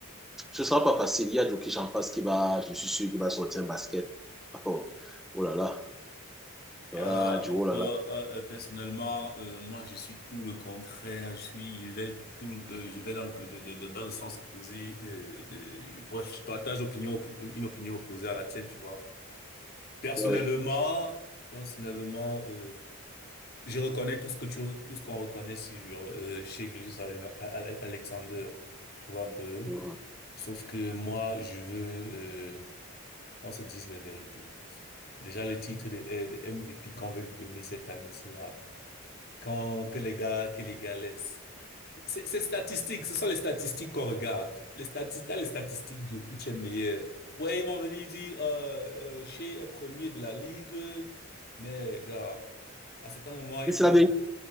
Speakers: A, in the centre; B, on the left.
A: ce ne sera pas facile. Il y a Djokic en face qui va, je suis sûr, qui va sortir un basket. Oh, oh là là, ah,
B: Ah,
A: du oh là
B: pour,
A: là.
B: euh, euh, personnellement, euh, moi je suis tout le contraire. Je suis, je vais tout, euh, je vais dans le, de- de- de- dans le sens opposé. euh, de- je- bref, je partage opinion, oppo- une opinion opposée à la tienne, tu vois. Personnellement,
A: Oui.
B: personnellement, euh, je reconnais tout ce que tu, tout ce qu'on reconnaît sur euh, chez Gilgeous Alexander. Tu vois un peu.
A: Mhm.
B: Sauf que moi, je veux euh, qu'on se dise la vérité. Déjà le titre de, de MVP qu'on veut lui donner cette année, c'est là. Quand que les gars, que les gars laissent. C'est c'est statistique, ce sont les statistiques qu'on regarde. Les statistiques, dans les statistiques, Jokic est meilleur. Ouais, ils vont venir dire, euh, euh, Shea est premier de la ligue, mais gars, à cet moment, il
A: Mais
B: faut...
A: c'est la vérité.